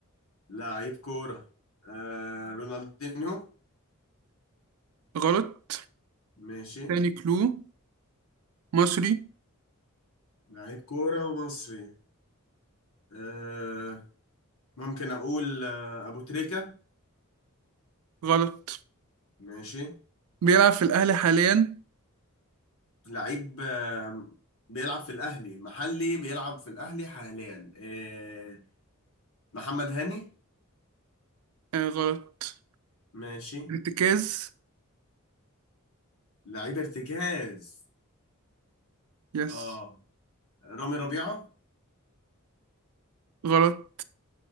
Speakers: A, on the left; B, on the right.
A: لعيب كورة آه رونالدينيو
B: غلط
A: ماشي
B: تاني كلو مصري
A: لعيب كورة ومصري آه ممكن أقول آه أبو تريكة
B: غلط
A: ماشي
B: بيلعب في الاهلي حاليا
A: لعيب آه بيلعب في الأهلي محلي بيلعب في الأهلي حاليا آه محمد هاني
B: آه، غلط
A: ماشي
B: ارتكاز
A: لعيب ارتكاز
B: يس
A: اه رامي ربيعة
B: غلط